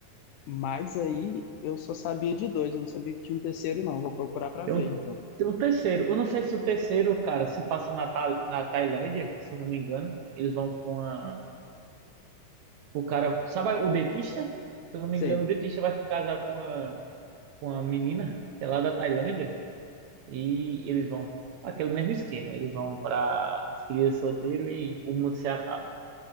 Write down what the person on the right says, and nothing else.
Tem
um,
tem um terceiro. Eu não sei se o terceiro, cara, se passa na, Ta- na Tailândia, se eu não me engano. Eles vão com uma. O cara. Sabe o dentista? Se eu não me
engano, o dentista vai se casar com uma, com uma menina, que é lá da Tailândia. E eles vão. Aquele mesmo esquema. Eles vão pra despedida de solteiro e o mundo se acaba.